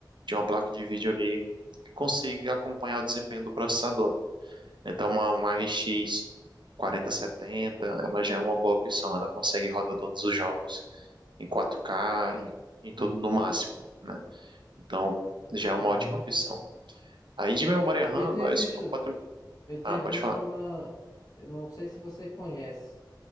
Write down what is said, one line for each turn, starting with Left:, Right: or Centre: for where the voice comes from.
Right: de uma placa de vídeo ali que consiga acompanhar o desempenho do processador. Então, uma, uma RX quarenta setenta ela já é uma boa opção. Ela consegue rodar todos os jogos em quatro k e em tudo no máximo, né? Então, já é
Left: Uhum.
Right: uma ótima opção. Aí de memória RAM,
Left: E eu tinha
Right: nós
Left: visto,
Right: co- podemos.
Left: eu tinha
Right: Ah, pode
Left: visto
Right: falar.
Left: uma, eu não sei se você conhece,